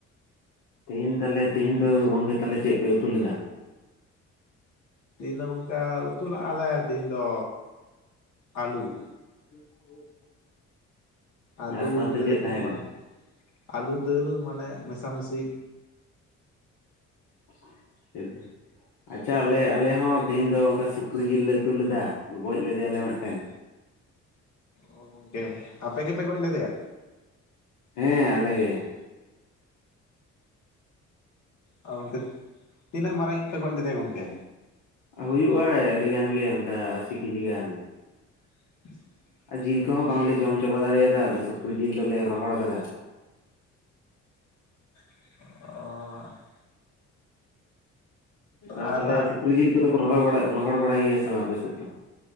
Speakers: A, on the left; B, on the left.
A: ᱛᱮᱦᱮᱧ ᱛᱟᱦᱚᱞᱮ ᱛᱮᱦᱮᱧ ᱫᱚ ᱜᱚᱝᱠᱮ ᱛᱟᱦᱚᱞᱮ ᱪᱮᱫ ᱯᱮ ᱩᱛᱩ ᱞᱮᱫᱟ?
B: ᱛᱤᱦᱤᱧ ᱫᱚ ᱜᱚᱝᱠᱮ ᱩᱛᱩ ᱞᱟᱜ-ᱟ ᱞᱮ ᱛᱤᱦᱤᱧ ᱫᱚ ᱟᱞᱩ ᱾
A: <unintelligible>
B: ᱟᱞᱩ
A: ᱟᱨ ᱥᱟᱶᱛᱮ
B: ᱫᱟᱹᱞ
A: ᱪᱮᱫ ᱛᱟᱦᱮᱸ
B: ᱠᱚ
A: ᱠᱟᱱᱟ
B: ᱢᱟᱱᱮ, ᱟᱞᱩ ᱫᱟᱹᱞ ᱢᱟᱱᱮ ᱢᱮᱥᱟᱢᱤᱥᱤ
A: <unintelligible> ᱟᱪᱪᱷᱟ ᱟᱞᱮ ᱟᱞᱮ ᱦᱚᱸ ᱛᱤᱦᱤᱧ ᱫᱚ ᱚᱱᱠᱟ ᱥᱩᱠᱨᱤ ᱡᱤᱞ ᱞᱮ ᱩᱛᱩ ᱞᱮᱫᱟ, ᱜᱚᱡ ᱞᱮᱫᱮᱭᱟᱞᱮ ᱢᱤᱫᱴᱮᱱ ᱾
B: ᱚ ᱜᱚᱝᱠᱮ ᱟᱯᱮ ᱜᱮᱯᱮ ᱜᱚᱡ ᱞᱮᱫᱮᱭᱟ?
A: ᱦᱮᱸ ᱟᱞᱮ ᱜᱮ ᱾
B: ᱚ ᱜᱚᱢᱠᱮ ᱛᱤᱱᱟᱹᱜ ᱢᱟᱨᱟᱝᱤᱡ ᱯᱮ ᱜᱚᱡ ᱞᱮᱫᱮᱭᱟ ᱜᱚᱢᱠᱮ?
A: ᱦᱩᱭᱩᱜᱼᱟᱭ ᱟᱹᱰᱤ ᱜᱟᱱ ᱜᱮ ᱚᱱᱠᱟ ᱟᱥᱤ ᱠᱮᱡᱤ ᱜᱟᱱ ᱾
B: <unintelligible>
A: ᱟᱨ ᱡᱤᱞ ᱠᱚᱦᱚᱸ ᱵᱟᱝᱞᱮ ᱡᱚᱢ ᱪᱟᱵᱟ ᱫᱟᱲᱮᱭᱟᱫᱟ ᱟᱫᱚ ᱥᱩᱠᱨᱤ ᱡᱤᱞ ᱫᱚᱞᱮ ᱨᱚᱦᱚᱲ ᱟᱠᱟᱫᱟ᱾
B: ᱚᱻ ᱾
A: ᱛᱟᱦᱚᱞᱮ
B: ᱟᱨ
A: ᱥᱩᱠᱨᱤ ᱡᱤᱞ ᱠᱚᱫᱚ ᱠᱚ ᱨᱚᱦᱚᱲ ᱵᱟᱲᱟ, ᱨᱚᱦᱚᱲ ᱵᱟᱲᱟᱭ ᱜᱮᱭᱟ ᱥᱮ ᱵᱟᱝ ᱟᱯᱮ ᱥᱮᱫ ᱫᱚ?